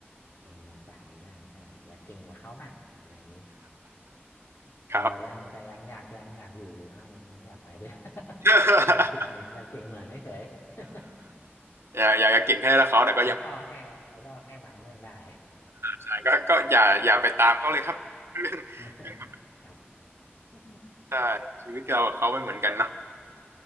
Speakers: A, on the left; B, on the right.
A: แรงบันดาลใจใช่ใช่อยากเก่งกว่าเขาบ้างอะไรอย่างงี้
B: <laughs>
A: แต่แบบยังแต่ยังอยากยังอยากอยู่อยู่นะยังยังไม่อยากไปด้วย
B: ครับ <laughs>
A: <laughs> อยากเก่งเหมือนอยากเก่งเหมือนเฉยๆ
B: อย่าอย่าเก่งแค่และเขาแต่ก็ยัง
A: <laughs> ไอดอลแค่ไอดอลแค่บางเรื่องได้
B: ใช่ก็ก็อย่าอย่าไปตามเขาเลยครับ <laughs> เรื่องเรื่อง
A: <laughs> ครับ <laughs>
B: ใช่ชีวิตเรากับเขาไม่เหมือนกันเนอะ